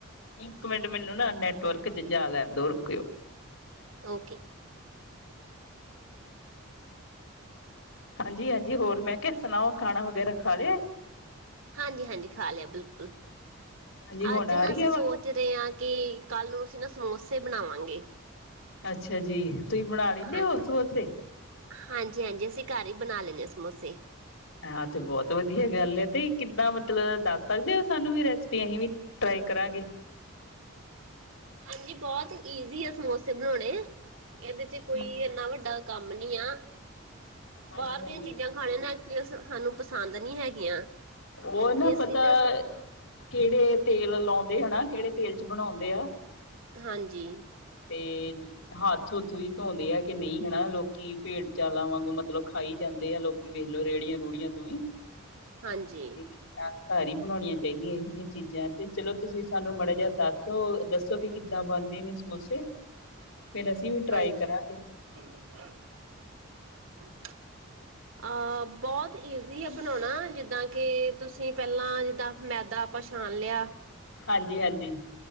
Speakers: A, on the left (about 80°); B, on the right (about 70°).
A: ਇੱਕ ਮਿੰਟ, ਮੈਨੂੰ ਨਾ, ਨੈਟਵਰਕ ਚ, ਜਾ ਲੈਨ ਦੋ, ਰੁਕਿਓ।
B: ਓਕੇ।
A: ਹਾਂਜੀ, ਹਾਂਜੀ ਹੋਰ ਮੈਂ ਕਿਆ ਸੁਣਾਓ ਖਾਣਾ ਵਗੈਰਾ ਖਾ ਲਿਆ?
B: ਹਾਂਜੀ, ਹਾਂਜੀ ਖਾ ਲਿਆ ਬਿਲਕੁਲ,
A: ਹਾਂਜੀ ਹੁਣ
B: ਅੱਜ
A: ਆ
B: ਨਾ
A: ਰਹੀ
B: ਅਸੀਂ
A: ਹੈ ਆਵਾਜ਼?
B: ਸੋਚ ਜਦੇ ਆ ਕੇ, ਕੱਲ ਨੂੰ ਅਸੀਂ ਨਾ, ਸਮੋਸੇ ਬਣਾਵਾਂਗੇ।
A: ਅੱਛਾ ਜੀ, ਤੁਸੀਂ ਬਣਾ ਲੈਂਦੇ
B: ਹਾਂਜੀ
A: ਹੋ ਸਮੋਸੇ?
B: ਹਾਂਜੀ, ਹਾਂਜੀ ਅਸੀਂ ਘਰ ਹੀ ਬਣਾ ਲੈਂਦੇ ਹਾਂ, ਸਮੋਸੇ।
A: ਹਾਂ, ਤੇ ਬਹੁਤ ਵਧੀਆ ਗੱਲ ਏ, ਤੇ ਕਿੱਦਾਂ ਮਤਲਬ ਦੱਸ ਸਕਦੇ ਹੋ? ਸਾਨੂੰ ਵੀ ਰੈਸਪੀ ਇਹੋ ਈ। ਟਰਾਈ ਕਰਾਂਗੇ।
B: ਹਾਂਜੀ, ਬਹੁਤ ਈਜ਼ੀ ਏ, ਸਮੋਸੇ ਬਣਾਉਣੇ, ਇਹਦੇ ਚ ਕੋਈ
A: ਹੂੰ,
B: ਇੰਨਾ ਵੱਡਾ ਕੰਮ ਨੀ ਆ,
A: ਹਾਂਜੀ
B: ਬਾਹਰ
A: ਹਾਂਜੀ
B: ਦੀਆਂ ਚੀਜ਼ਾਂ। ਖਾਣੇ ਨਾ ਐਚੁਲੀ, ਸਾਨੂੰ ਪਸੰਦ ਨਹੀਂੀ ਹੈਗੀਆਂ।
A: ਉਹ ਨਾ
B: ਇਸ
A: ਪਤਾ,
B: ਲਈ
A: ਕਿਹੜੇ ਤੇਲ ਲਾਉਂਦੇ ਹਨਾ, ਕਿਹੜੇ ਤੇਲ ਚ ਬਣਾਉਂਦੇ ਆ।
B: ਹਾਂਜੀ।
A: ਤੇ ਹੱਥ ਹੁੱਥ ਵੀ ਧੋਂਦੇ ਆ ਕਿ ਨਹੀਂ ਹਨਾ, ਲੋਕੀ ਭੇੜ ਚਾਲਾ ਵਾਂਗੂ, ਮਤਲਬ ਖਾਈ ਜਾਂਦੇ ਆ ਲੋਕ। ਵੇਖਲੋ ਰੇੜੀਆਂ ਰੂੜੀਆਂ ਤੂੰ ਵੀ।
B: ਹਾਂਜੀ।
A: ਤੇ ਘਰ ਹੀ ਬਣਾਉਣੀਆਂ ਪੈਂਦੀਆਂ, ਇਹੋ ਚੀਜ਼ਾਂ ਤੇ ਚਲੋ, ਤੁਸੀਂ ਸਾਨੂੰ ਮਾੜਾ ਜਿਹਾ ਦੱਸ ਤੋ ਦੱਸੋ, ਕਿ ਕਿੱਦਾਂ ਬਣਦੇ ਨੇ ਸਮੋਸੇ? ਫੇਰ ਅਸੀਂ ਵੀ ਟਰਾਈ
B: ਹਾਂਜੀ।
A: ਕਰਾਂਗੇ।
B: <unintelligible> ਅਹ ਬਹੁਤ ਈਜ਼ੀ ਹੈ, ਬਣਾਉਣਾ ਜਿੱਦਾਂ ਕਿ ਤੁਸੀਂ ਪਹਿਲਾਂ ਜਿੱਦਾਂ ਮੈਦਾ ਛਾਣ ਲਿਆ।
A: ਹਾਂਜੀ ਹਾਂਜੀ।